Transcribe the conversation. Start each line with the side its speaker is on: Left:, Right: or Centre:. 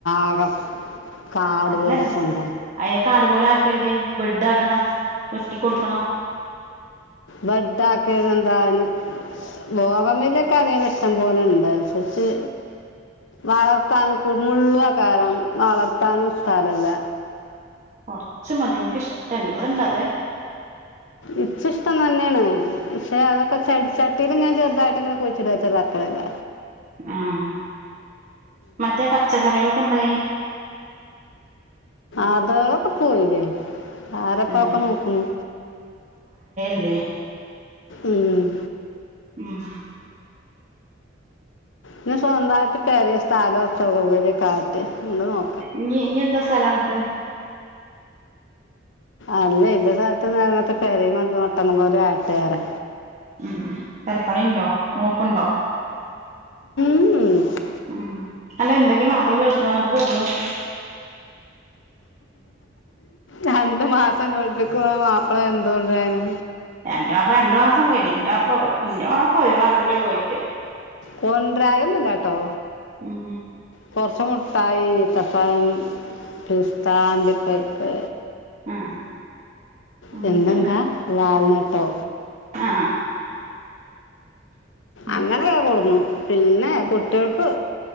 Left: ആകെ കാട്
Right: നല്ല
Left: പോലെ
Right: രസാ
Left: കൊന്ത
Right: അതിനെ കാട് പോലെ ആക്കര്തേ ബെഡ് ആക്കണം വെട്ടികൊടുക്കണം
Left: വെഡാക്കാനിതെന്താന്ന് വോഗൻ വില്ലെ ഇപ്പതെ വെട്ടം പോല്ണ്ട് ചെച്ച് വളർത്താന് കുമുള്ള കാരണം വളർത്താനും സ്ഥലല്ല
Right: കൊറച്ച് മതി എനിക്ക്ഷ്ടണ്ട് ഇവിട്ണ്ടത്
Left: ഇച്ചിഷ്ടം തന്നെണ് പക്ഷെ അതൊക്കെ ചെടിച്ച <unintelligible> ഞാ ചെറുതായിട്ട്ങ്ങനെ കുഴിച്ചിട്ച്ച തർക്കരല്ല
Right: ആഹ് മറ്റേ പച്ചക്കറികൾ കെന്തായി
Left: അതോക്ക് പോയില്ലേ ആരപ്പാക്ക
Right: പിന്നെ
Left: നോക്കുന്നു
Right: ല്ലേ
Left: ഉം
Right: ഉം
Left: ന്നെ സൊന്തായിട്ട് പെരേ സ്ഥലൊ സൗകര്യൊക്കാട്ട് <unintelligible>
Right: ഇനി ഇഞ്ഞ് എന്താ സ്ഥലണക്ക്
Left: അല്ല ഇല്ല സ്ഥലത്തങ്ങത്തെ പെരേമെ മട്ടന്ന് പോലായി പേറെ
Right: ഉം തരപ്പണിണ്ടോ മൂക്കുണ്ടോ
Left: ഉം
Right: ഉം അല്ല എന്തൊക്കെയ മാപ്പിള ഗൾഫ്ന്നപ്പോ കൊണ്ട്ന്നിട്ടെ
Left: രണ്ട് മാസം ഗൾഫ്ക്ക് പോയ മാപ്പിള എന്തൊണ്ടരാന്
Right: എന്റാപ്പ രണ്ടു മാസം <unintelligible> ന്റ വാപ്പ ഒരു മാസല്ലേ പോയിട്ട്
Left: കൊണ്ട്രായൊന്നുല്ലാട്ടോ
Right: ഉം
Left: കൊറച്ച് മുട്ടായി ഇത്തപ്പയം പിസ്ഥ അണ്ടിപ്പരിപ്പ്‌
Right: ആഹ് അങ്ങനത്തെ
Left: പിന്നെന്താ വാൾനട്ട് ട്ടോ
Right: ആഹ് ആഹ് ഉം
Left: അങ്ങനെയ കൊടുന്നു പിന്നെ
Right: ഉം
Left: കുട്ടികൾക്ക്